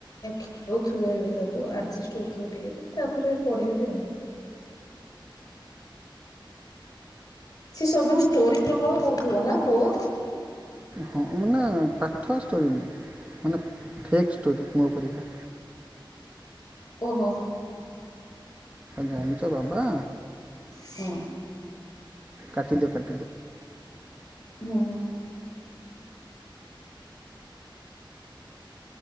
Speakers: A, on the left (about 40°); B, on the right (about 15°).
A: ଖେଳଉଥିବେ ଏବେ ତାକୁ ଆଡଜେଷ୍ଟ ହଉଥିବ ଟିକେ ତାପରେ ପଢେଇବେ। ସେ ସବୁ ଷ୍ଟୋରି ପ୍ରବଳ କହୁଥିବ ନା ପୁଅ?
B: ହଁ ମାନେ ପାଠ ଷ୍ଟୋରିନୁହେଁ ମାନେ ଫେକ୍ ଷ୍ଟୋରି ମୋର ପରିକା।
A: ଓହୋ।
B: ଜାଣିଛ ବାବା
A: ହୁଁ ହୁଁ।
B: କାଟିଦିଅ କଟି
A: ହୁଁ।